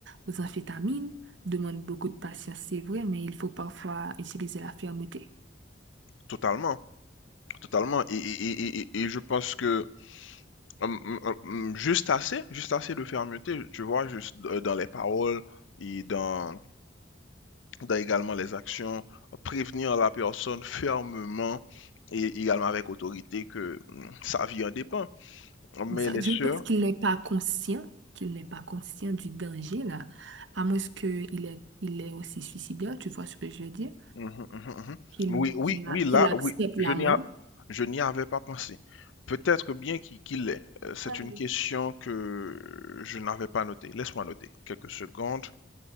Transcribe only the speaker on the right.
aux amphétamines demande beaucoup de patience, c'est vrai, mais il faut parfois utiliser la fermeté.
Exact.
Je pense
qu'il n'est pas conscient, qu'il n'est pas conscient du danger, là, à moins qu'il est, il est aussi suicidaire, tu vois ce que je veux dire,
qu'il
qu'il
a-
qu'il accepte
la
mort.
Ouais.